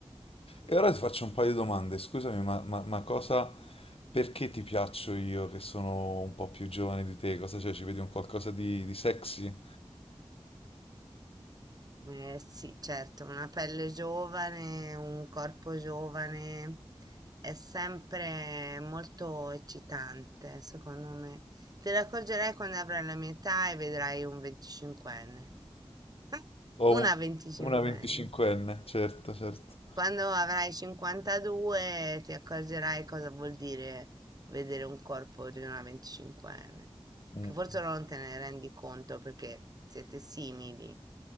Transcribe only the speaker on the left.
E ora ti faccio un paio di domande. Scusami, ma, ma- ma cosa, perché ti piaccio io che sono un po' più giovane di te? Cosa c'è? Ci vedi un qualcosa di, di sexy?
O
un-
una 25enne? Certo, certo.
Mm,